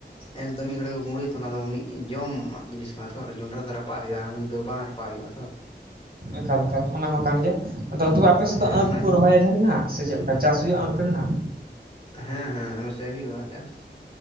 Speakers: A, on the left; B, on the right.
A: ᱮᱠᱫᱚᱢ ᱢᱤᱫ ᱜᱷᱟᱲᱤ ᱠᱩᱲᱩᱤ ᱚᱱᱟᱫᱚ ᱢᱤᱫ ᱡᱚᱢᱟᱜ ᱡᱤᱱᱤᱥ ᱠᱟᱱᱟ ᱛᱚ ᱡᱚᱱᱰᱨᱟ ᱫᱚ ᱨᱟᱯᱟᱜ ᱦᱩᱭᱩᱜᱼᱟ ᱟᱹᱠᱷ ᱫᱚ ᱵᱟᱝ ᱨᱟᱯᱟᱜ ᱦᱩᱭᱩᱜᱼᱟ ᱛᱚ
B: ᱮᱠᱟᱞᱠᱟᱞ ᱚᱱᱟ ᱦᱚᱸ ᱠᱟᱱ ᱜᱮᱭᱟ ᱟᱫᱚ ᱛᱚᱵᱮ ᱟᱯᱮ ᱥᱮᱫ
A: ᱦᱮᱸ
B: ᱫᱚ ᱟᱹᱠᱷ
A: ᱚᱱᱟ
B: ᱠᱚ ᱨᱚᱦᱚᱭᱟ ᱮᱱᱟᱜ ᱥᱮ ᱪᱮᱫ ᱞᱮᱠᱟ ᱪᱟᱥ ᱦᱩᱭᱩᱜᱼᱟ ᱟᱹᱠᱷ ᱨᱮᱱᱟᱜ
A: ᱦᱮᱸ ᱦᱮᱸ ᱟᱞᱮᱴᱮᱮᱫ ᱦᱩᱭᱩᱜᱼᱟ ᱪᱟᱥ᱾